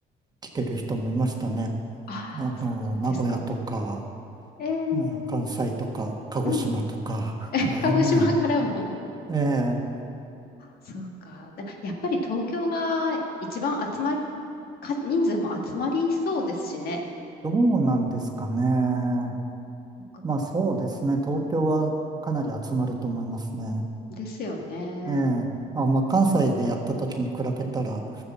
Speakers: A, on the right; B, on the left.
A: 来てる人もいましたね。
B: ああ、
A: あのー名古屋とか、
B: そそうですか。えー、
A: うん関西とか、鹿児島とかからね。
B: うん。鹿児島からも
A: ええ、
B: そうか。だやっぱり東京が一番集まり、か人数も集まりそうですしね。
A: どうなんですかね。
B: なんかこ
A: まあそうですね。東京はかなり集まると思いますね。
B: う、ですよね。
A: ええ、あ、まあ、関西でやった時に比べたら、